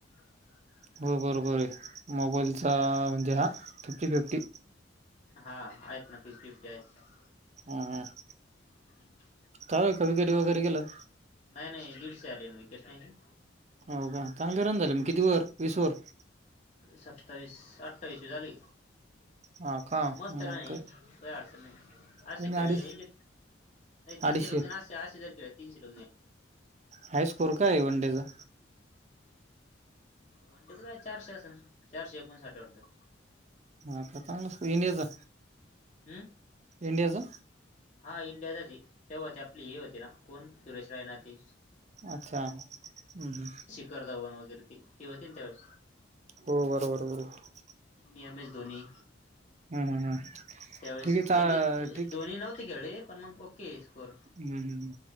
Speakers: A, on the left; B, on the right.
A: <unintelligible>
B: हो बरोबर आहे मोबाईलचा
A: हम्म.
B: म्हणजे हां फिफ्टी फिफ्टी
A: हां आहेतं नां फिफ्टी फिफ्टी आहेतं
B: हां हां आं
A: हम्मं,
B: कायं गं कवी गडी वगैरें गेलांत.
A: नाहीं नाहीं दीडशे आले विकेट नाहीं.
B: हो कां चांगले रन झाले मंग किती वरं वीस वरं.
A: सत्तावीस, अठ्ठावीसे झाले
B: हा का
A: मस्तं
B: मग
A: राणी व्हंय कांहीं अडचं नाहीं असशं
B: कोणी
A: खेळले
B: अडीच
A: नाही, तिनशे
B: अडीचशे
A: र एकद अस अस देकी तिनशेद
B: हाय स्कोअर काय वनडेचा
A: वनडे काय चारशे असन चारशे एकोण साठ आहे वाटतं
B: ह का चांगला येनेजा
A: हम्म
B: इंडियाचं
A: हा इंडियाचीच तेव्हाती आपली ही होती ना कोण सुरेश रायना ते
B: अच्छा हम्म हम्म
A: करधवन वगैरे ते होते ना त्यावेळेस
B: हो बरोबर, बरोबर
A: मी एम एस धोनी
B: हम्म हम्म
A: त्यावेळेस
B: ठीक आहे चा
A: एम एस
B: ठीक
A: धोनी नव्हते खेळले पण मग केस फोर
B: हम्म हम्म